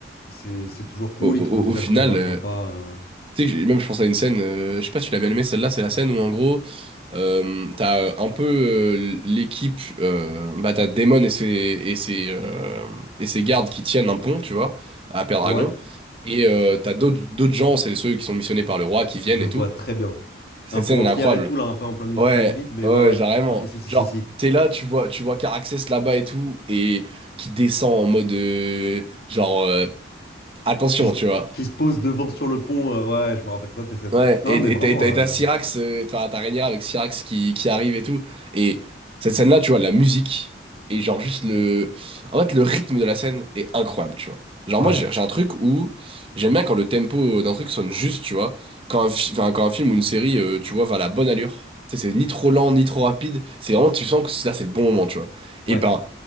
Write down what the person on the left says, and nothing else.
C'est c'est toujours cool,
ils trouvent des
acteurs euh,
sympas. euh.
Ouais,
je
vois
très bien.
Un peu
en
pierre
et tout, là, un peu en plein milieu
du pas du vide, mais
ouais, ouais.
Ok, si, si,
si, si.
qui se,
qui se pose devant sur le pont. euh, ouais, je me rappelle très bien de cette
scène. Non,
mais
vraiment,
euh,
ouais,
ouais.